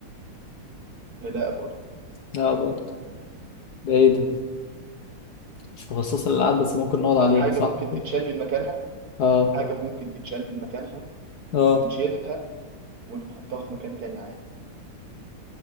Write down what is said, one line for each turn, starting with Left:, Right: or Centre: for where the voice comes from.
Right: لا برضه
Left: لا برضه ده إيه ده مش مخصصة للألعاب بس ممكن نقعد عليها
Right: حاجه
Left: صح
Right: ممكن
Left: كده
Right: تتشال من مكانها
Left: آه
Right: حاجه ممكن تتشال من مكانها
Left: آه
Right: ونشيلها ونحطها في مكان تاني عادي